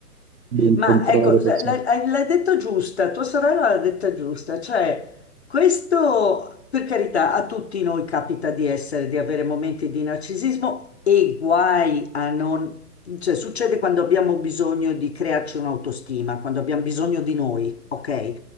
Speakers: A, on the right; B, on the left.
A: di incontrare
B: Ma ecco,
A: persone.
B: s- l'hai hai- l'hai detto giusta, tua sorella l'ha detta giusta, cioè questo per carità a tutti noi capita di essere, di avere momenti di narcisismo e guai a non, cioè succede quando abbiamo bisogno di crearci un'autostima, quando abbiamo bisogno di noi, ok?